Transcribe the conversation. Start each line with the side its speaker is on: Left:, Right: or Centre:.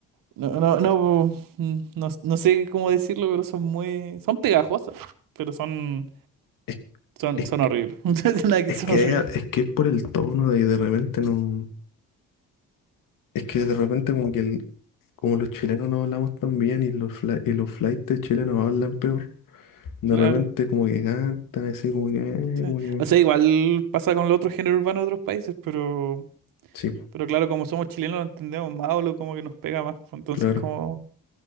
Right: no, no, no, mm, no, no sé cómo decirlo, pero son muy, son pegajosas, pero son,
Left: Es,
Right: son,
Left: es,
Right: son
Left: que-
Right: horribles, <laughs> No es Nada que
Left: es
Right: son
Left: que
Right: horribles,
Left: hay a- es que es por el tono de, de repente no... Es que de repente como que el, como los chilenos no hablamos tan bien y los, fla- y los flaites chilenos hablan peor. De
Right: claro.
Left: repente como que cantan así, como que, eh,
Right: sí.
Left: como que...
Right: O sea, igual pasa con el otro género urbano de otros países, pero,
Left: Sí, po,
Right: pero claro, como somos chilenos lo entendemos más o lo como que nos pega más, pues, entonces
Left: claro.
Right: como,